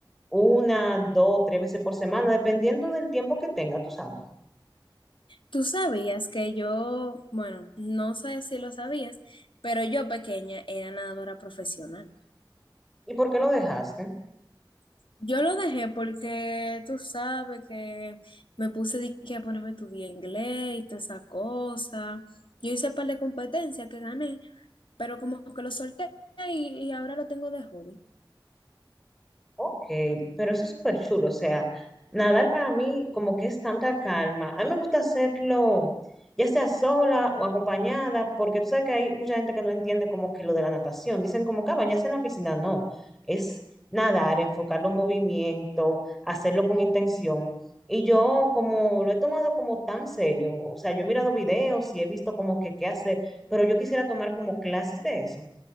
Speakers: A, in the centre; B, on the left.
A: una, dos, tres veces por semana, dependiendo del tiempo que tenga, tú sabes.
B: Tú sabías que yo, bueno, no sé si lo sabías, pero yo pequeña era nadadora profesional.
A: ¿Y por qué lo dejaste?
B: Yo lo dejé porque tú sabes que me puse de que a ponerme a estudiar inglés y toda esa cosa. Yo hice un par de competencias que gané, pero como que lo solté y, y ahora lo tengo de hobby.
A: Ok, pero eso es súper chulo, o sea, nadar para mí como que es tanta calma. A mí me gusta hacerlo ya sea sola o acompañada, porque tú sabes que hay mucha gente que no entiende como que lo de la natación. Dicen como que "Ah, bañarse en la piscina, no, es nadar, enfocar los movimientos, hacerlo con intención. Y yo como lo he tomado como tan serio, o sea, yo he mirado videos y he visto como que qué hacer, pero yo quisiera tomar como clases de eso